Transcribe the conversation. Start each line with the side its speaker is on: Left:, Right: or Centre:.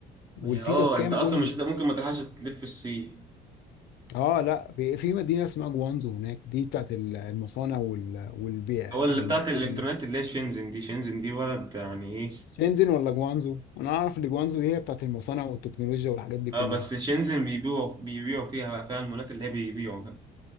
Right: ما
Left: والفيزا
Right: هي اه
Left: بكام
Right: انت اصلا
Left: قول
Right: مش
Left: لي
Right: هت- ممكن ما تلحقش تلف الصين
Left: اه لا في في مدينه اسمها جوانزو هناك دي بتاعت ال- المصانع وال- والبيع
Right: هو اللي
Left: الالكتروني
Right: بتاعت الالكترونيات اللي هي شينزن دي شينزن دي بلد يعني إيه،
Left: شنزن ولا جوانزو انا اعرف ان جوانزو دي هي بتاعت المصانع والتكنولوجيا والحاجات دي كلها
Right: اه بس شينزن بيبيعوا بيبيعوا فيها بقى فيها المولات اللي هي بيبيعوا بقى